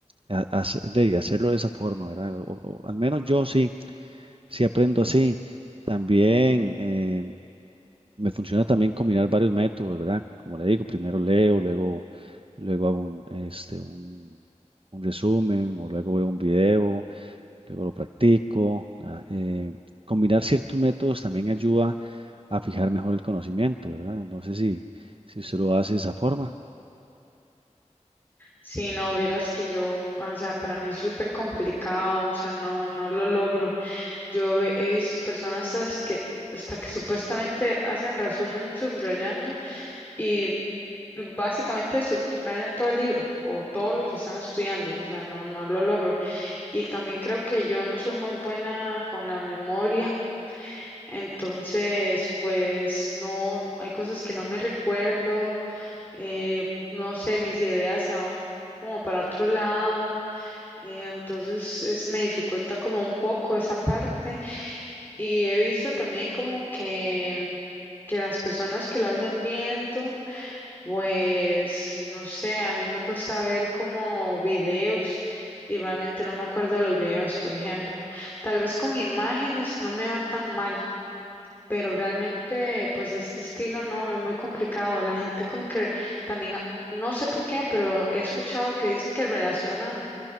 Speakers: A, on the right; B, on the left.
A: ha- hace- de hacerlo de esa forma, ¿verdad? o o al menos yo sí. Sí, aprendo así. También eh, me funciona también combinar varios métodos, ¿verdad? Como le digo, primero leo, luego, luego hago un, este, un, un resumen o luego veo un video, luego lo practico. ah, eh, combinar ciertos métodos también ayuda a fijar mejor el conocimiento, ¿verdad? No sé si, si usted lo hace de esa forma.
B: Sí, no, vieras que yo, o sea, para mí es súper complicado, o sea, no, no lo logro. Yo he, he visto personas as- que, hasta que supuestamente hacen resumen subrayando y básicamente subrayan todo el libro o todo lo que están estudiando, o sea, no, no lo logro. Y también creo que yo no soy muy buena con la memoria, entonces, pues, no, hay cosas que no me recuerdo, eh, no sé, mis ideas se van como para otro lado. Eh, Entonces es, me dificulta como un poco esa parte y he visto también como que, que las personas que lo hacen viendo, pues no sé, a mí me cuesta ver como videos y realmente no me acuerdo de los videos, por ejemplo. Tal vez con imágenes no me va tan mal, pero realmente pues este estilo no, es muy complicado. La gente como que también, no sé por qué, pero he escuchado que dicen que relacionan.